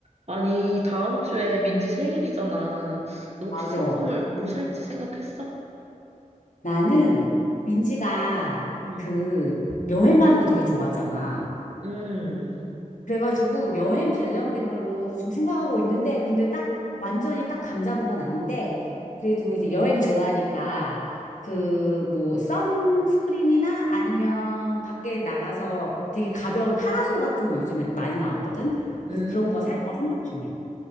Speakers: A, on the right; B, on the left.
A: 아니, 다음 주에 민지 생일이잖아. 너 혹시
B: 맞아.
A: 생일 선물 뭐 살지 생각했어?
B: 나는 민지가
A: 응,
B: 그 여행 가는 거 되게 좋아하잖아.
A: 음,
B: 그래가지고 여행 관련된 걸로 좀 생각하고 있는데, 근데 딱 완전히 딱 감 잡은 건 아닌데, 그래도 이제 여행 좋아하니까 그 뭐 선스크린이나 아니면 밖에 나가서 되게 가벼운 파라솔 같은 거 요즘에 많이 나왔거든. 그래서
A: 음,
B: 그런 거 살까 생각 중이야.